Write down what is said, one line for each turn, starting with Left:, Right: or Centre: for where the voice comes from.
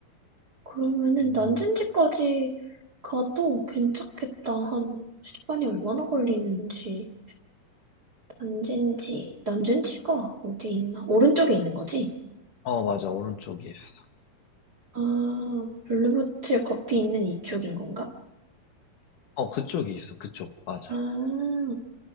Right: 그러면은
Left: 음,
Right: 난전지까지 가도 괜찮겠다. 한 시간이 얼마나 걸리는지. 난젠지, 난젠지가 어디 있나? 오른쪽에 있는 거지?
Left: 어, 맞아. 오른쪽에 있어.
Right: 아, 블루보틀 커피 있는 이쪽인 건가?
Left: 어, 그쪽이 있어. 그쪽. 맞아.
Right: 아,